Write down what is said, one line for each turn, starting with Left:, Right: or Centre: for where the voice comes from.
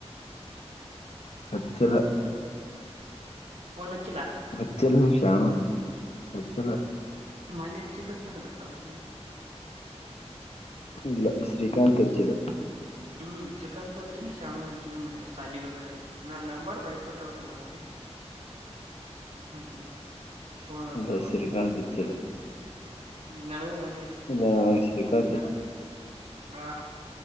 Left: ಹಚಿಲ್
Right: ಫೋನ್ ಹಚ್ಚು
Left: ಅಚ್ಚಲ ನಿಮಿಷಾನ ಅಚ್ಚಲ
Right: ಮನೀ ಅಟ್ಟಿದಪ್ಪನಡು ಅದಕ್ಕ
Left: ಇಲ್ಲ ಶ್ರೀಕಾಂತ್ ಹೆಚ್ಚಿದ
Right: ಹ್ಮ್ ಶ್ರೀಕಾಂತ ಅಚನ ಶಾಣನ ಹಜ್ಜನ ಮನು ಶಾಲೆ ಗ ನಾ ನಂಬರ್ ಭಯಪಟ್ಟದ ನ ಹ್ಮ್ ಹ್ಮ್ ಹಸ್ಪ
Left: ಇಲ್ಲ
Right: ಹ್ಮ
Left: ಶ್ರೀಕಾಂತ್ ಹಚ್ಚಿದ
Right: ನ ಮ
Left: ಅದಾ ಶ್ರೀಕಾಂತ
Right: ಆ